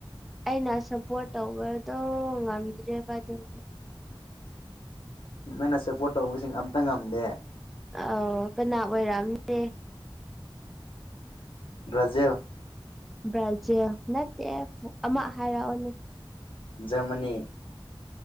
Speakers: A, in the centre; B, on the left.
A: ꯑꯩꯅ ꯁꯞꯄꯣꯔꯠ ꯇꯧꯕꯗꯣ ꯉꯝꯗ꯭ꯔꯦꯕ ꯑꯗꯨꯝ
B: ꯅꯪꯅ ꯁꯄꯣꯔꯠ ꯇꯧꯕꯁꯤꯡ ꯑꯝꯇ ꯉꯝꯗꯦ
A: ꯑꯥꯎ ꯀꯅꯥ ꯑꯣꯏꯔꯛꯑꯝꯅꯦ <unintelligible>
B: ꯕ꯭ꯔꯖꯤꯜ
A: ꯕ꯭ꯔꯥꯖꯤꯜ ꯅꯠꯇꯦ ꯑꯃ ꯍꯥꯏꯔꯛꯑꯣꯅꯦ
B: ꯖꯔꯃꯅꯤ